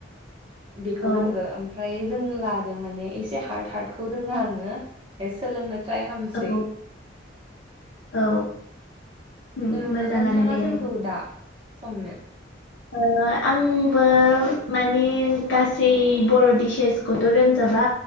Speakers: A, on the right; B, on the left.
A: बेखौ
B: औ
A: रोंगौ ओमफ्राय जों ला माने एसे हार्द हार्दखौ रोङा आङो दायो सोलोंनो ट्राय खालामसै
B: औ औ उम
A: नों
B: मोजाङानो
A: नोंथाङा
B: दे
A: रोंगौ
B: नों
A: दा संनो?
B: ओ आंबो माने गासै बर' डिसेसखौथ' रोंजाबा।